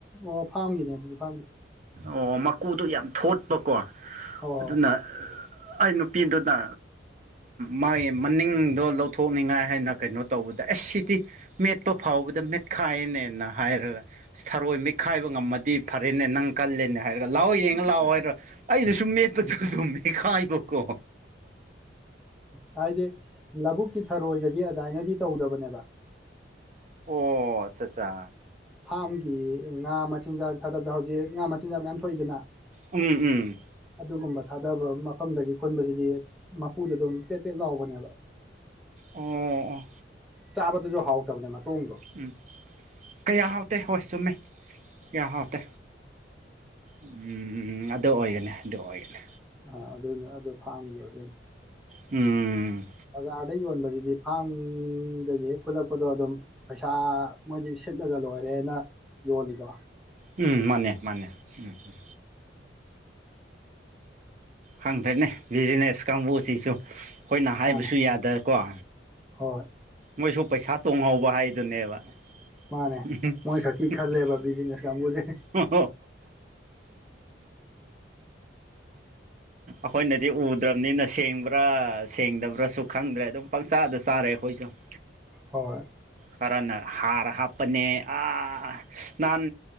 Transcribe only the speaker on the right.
ꯑꯣ ꯃꯀꯨꯗꯣ ꯌꯥꯝ ꯊꯣꯠꯄꯀꯣ
ꯑꯗꯨꯅ
ꯑꯩ ꯅꯨꯄꯤꯗꯨꯅ ꯃꯥꯒꯤ ꯃꯅꯤꯡꯗꯣ ꯂꯧꯊꯣꯛꯅꯤꯡꯉꯥꯏ ꯍꯥꯏꯅ ꯀꯩꯅꯣ ꯇꯧꯕꯗ ꯑꯁ ꯁꯤꯗꯤ ꯃꯦꯠꯄ ꯐꯥꯎꯕꯗ ꯃꯦꯠꯈꯥꯏꯅꯦꯅ ꯍꯥꯏꯔꯒ ꯁꯥꯔꯣꯏ ꯃꯤꯠꯈꯥꯏꯕ ꯉꯝꯃꯗꯤ ꯐꯔꯦꯅꯦ ꯅꯪ ꯀꯜꯂꯦꯅꯦ ꯍꯥꯏꯔꯒ ꯂꯥꯛꯑꯣ ꯌꯦꯡꯉ ꯂꯥꯛꯑꯣ ꯍꯥꯏꯔ ꯑꯩꯅ ꯁꯨꯝ ꯃꯦꯠꯄꯗꯨ ꯑꯗꯨꯝ ꯃꯦꯠꯈꯥꯏꯕꯀꯣ
ꯑꯣ ꯑꯆꯥ ꯑꯠꯆꯥ
ꯎꯝ ꯎꯝ
ꯎꯝ
ꯎꯝ ꯀꯌꯥ ꯍꯥꯎꯇꯦ ꯍꯣꯏ ꯆꯨꯝꯃꯦ ꯀꯌꯥ ꯍꯥꯎꯇꯦ ꯎꯝ ꯑꯗꯣ ꯑꯣꯏꯒꯅꯤ ꯑꯗꯨ ꯑꯣꯏꯒꯅꯤ
ꯎꯝ
ꯎꯝ ꯃꯥꯅꯦ ꯃꯥꯅꯦ ꯎꯝ ꯎꯝ ꯈꯪꯗ꯭ꯔꯦꯅꯦ ꯕꯤꯖꯤꯅꯦꯁ ꯀꯥꯡꯕꯨꯁꯤꯁꯨ ꯑꯩꯈꯣꯏꯅ ꯍꯥꯏꯕꯁꯨ
ꯌꯥꯗꯀꯣ
ꯃꯣꯏꯁꯨ ꯄꯩꯁꯥ ꯇꯣꯡꯍꯧꯕ ꯍꯥꯏꯗꯨꯅꯦꯕ ꯑꯣ <unintelligible> <unintelligible>
ꯑꯩꯈꯣꯏꯅꯗꯤ ꯎꯗ꯭ꯔꯕꯅꯤꯅ ꯁꯦꯡꯕ꯭ꯔꯥ ꯁꯦꯡꯗꯕ꯭ꯔꯥꯁꯨ ꯈꯪꯗ꯭ꯔꯦ ꯑꯗꯨꯝ ꯄꯪꯆꯥꯗ ꯆꯥꯔꯦ ꯑꯩꯈꯣꯏꯁꯨ <unintelligible>
ꯀꯔꯅ ꯍꯥꯔ ꯍꯥꯞꯄꯅꯦ ꯑꯥ ꯅꯍꯥꯟ